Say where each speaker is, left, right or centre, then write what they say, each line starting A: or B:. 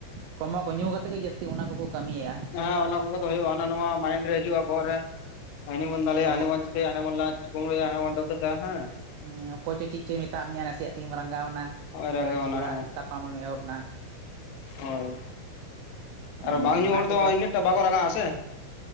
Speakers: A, on the right; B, on the left.
A: ᱠᱚᱢᱚ ᱟᱠᱚ ᱧᱩᱠᱟᱛᱮᱫ ᱜᱮ ᱡᱟᱹᱥᱛᱤ ᱚᱱᱟ ᱠᱚᱠᱚ ᱠᱟᱹᱢᱤᱭᱮᱫᱼᱟ᱾
B: ᱦᱮᱸ ᱚᱱᱟ ᱠᱚᱜᱮ ᱫᱚ ᱦᱩᱭᱩᱜᱼᱟ ᱦᱟᱱᱟ ᱱᱚᱣᱟ ᱢᱟᱭᱤᱱᱰ ᱨᱮ ᱦᱤᱡᱩᱜᱼᱟ ᱵᱚᱦᱚᱜ ᱨᱮ ᱦᱟᱹᱱᱤ ᱵᱚᱱ ᱫᱟᱞᱮᱭᱟ
A: ᱵᱚᱦᱚᱜ
B: ᱦᱟᱹᱱᱤ ᱢ ᱦᱟᱱᱤ ᱵᱚᱱ ᱞᱟᱡ ᱦᱟᱱᱰᱮ ᱵᱚᱱ ᱠᱳᱢᱵᱳᱲᱭᱟ ᱦᱟᱱᱰᱮ ᱵᱚᱱ ᱰᱟᱹᱠᱟᱹᱛ-ᱟ ᱦᱮᱸ
A: ᱦᱮᱸ ᱚᱠᱚᱭ ᱪᱚ ᱪᱮᱫ ᱪᱚᱭ ᱢᱮᱛᱫ ᱢᱮᱭᱟ ᱱᱟᱥᱮᱭᱟᱜ ᱛᱮᱜᱮᱢ ᱨᱟᱸᱜᱟᱣ ᱮᱱᱟ,
B: ᱦᱚᱸᱜᱼᱚᱭ ᱨᱟᱸᱜᱟᱣᱱᱟ
A: ᱦᱚᱭ ᱡᱷᱚᱜᱽᱲᱟᱜ
B: ᱦᱮᱸ
A: ᱛᱟᱯᱟᱢᱮᱢ ᱮᱦᱚᱵ ᱮᱱᱟ᱾
B: ᱦᱳᱭ
A: ᱦᱮᱸ
B: ᱟᱨ ᱵᱟᱝ ᱧᱩ
A: ᱚᱱᱟ
B: ᱦᱚᱲ
A: ᱠᱚᱫᱚ
B: ᱫᱚ ᱤᱱᱟᱹᱜᱴᱟ ᱵᱟᱠᱚ ᱨᱟᱸᱟᱜ-ᱟ ᱥᱮᱮ᱾